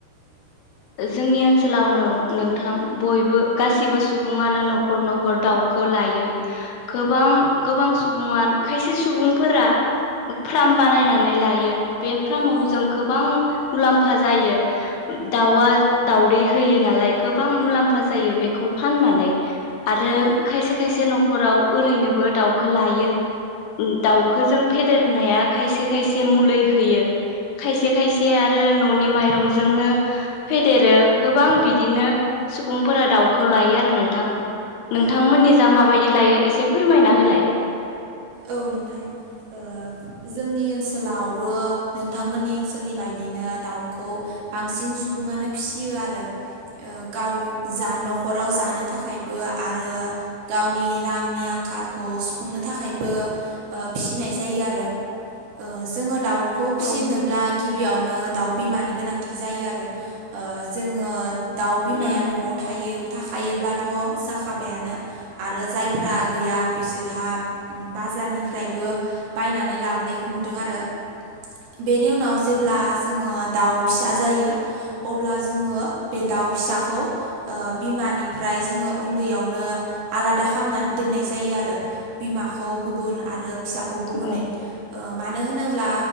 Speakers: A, on the right; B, on the left.
A: <unintelligible>
B: ओ जोंनि ओनसोलाव नो नोंथां बयबो गासिबो सुबुङानो न'खर न'खर दाउ खो लायो गोबां गोबां सुबुङा खायसे सुबुंफोरा फार्म बानायनानै लायो बे फार्माव
A: औ
B: जों गोबां मुलाम्फा जायो। दाउआ दाउदै होयो नालाय गोबां मुलाम्फा जायो बेखौ फाननानै। आरो
A: औ
B: खायसे खायसे न'खराव ओरैनोबो दाउखो लायो। उम दाउखो जों फेदेरनाया खायसे खायसे मुलै होयो। खायसे खायसे आरो न'नि माइरंजोंनो फेदेरो गोबां बिदिनो सुबुंफोरा दाउखो लायो आरो नोंथां। नोंथांमोननि
A: औ
B: जा माबायदि लायो एसे फोरमायना होलाय
A: औ नोंथां ओ जोंनि ओनसोलावबो नोंथांमोननि ओनसोलनि बायदिनो दाउखौ बांसिन सुबुङानो फिसियो आरो ओ गाव जा न'खराव जानो थाखायबो आरो गावनि रांनि आंखालखौ सुफुंनो थाखायबो ओ फिसिनाय जायो आरो ओ जोङो दाउखौ फिसिनोब्ला
B: औ
A: गिबियावनो दाउ बिमानि गोनांथि जायो आरो ओ जोङो दाउ बिमाया
B: उम
A: न'आव थायो थाखायोब्लाथ' जाखाबायानो। आरो जायफ्रा गैया बिसोरहा बाजारनिफ्रायबो बायनानै लाबोनायखौ नुदों आरो। बेनि उनाव जेब्ला जोङो दाउ फिसा जायो। अब्ला जोङो बे दाउ फिसाखौ ओ बिमानिफ्राय जोङो उन्दैयावनो आलादा खालामनानै दोननाय जायो आरो। बिमाखौ गुबुन आरो फिसाखौ गुबुनै।
B: औ
A: ओ मानो होनोब्ला